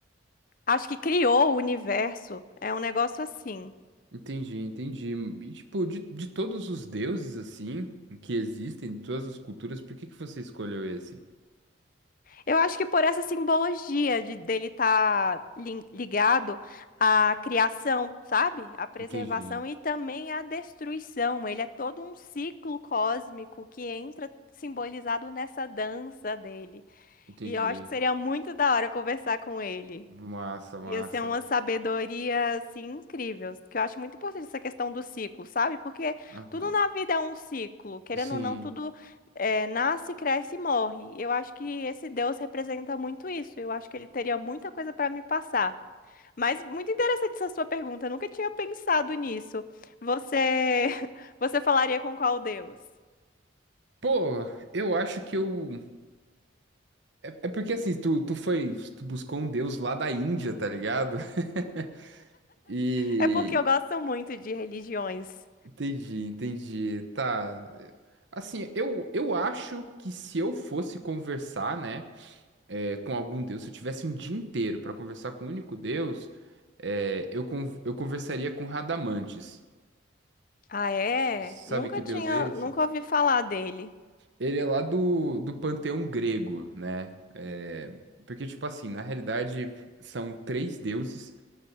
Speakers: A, on the left; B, on the right.
A: acho que criou o universo. É um negócio assim.
B: Entendi, entendi. E, tipo, de, de todos os deuses assim que existem, de todas as culturas, por que que você escolheu esse?
A: Eu acho que por essa simbologia de dele estar ligado à criação, sabe? À preservação
B: Entendi,
A: e também à destruição. Ele é todo um ciclo cósmico que entra simbolizado nessa dança dele.
B: entendi.
A: E eu acho que seria muito da hora conversar com ele.
B: Massa, massa.
A: Ia ser uma sabedoria, assim, incrível. Que eu acho muito importante essa questão do ciclo, sabe? Porque
B: Aham.
A: tudo na vida é um ciclo. Querendo
B: Sim.
A: ou não, tudo eh, nasce, cresce e morre. Eu acho que esse Deus representa muito isso. Eu acho que ele teria muita coisa para me passar. Mas muito interessante essa sua pergunta. Eu nunca tinha pensado nisso. Você, <laughs> você falaria com qual Deus?
B: Pô, eu acho que eu. É, é porque assim, tu, tu foi, tu buscou um deus lá da Índia, tá ligado? <laughs> E
A: É porque eu gosto muito de religiões.
B: entendi, entendi. Tá. Assim, eu, eu acho que se eu fosse conversar, né, é, com algum Deus, se eu tivesse um dia inteiro pra conversar com um único Deus, é, eu, con- eu conversaria com Radamantes.
A: Ah, é?
B: Sabe
A: Nunca
B: que Deus
A: tinha,
B: é esse?
A: nunca ouvi falar dele.
B: Ele é lá do, do panteão grego, né? É, porque, tipo assim, na realidade, são três deuses.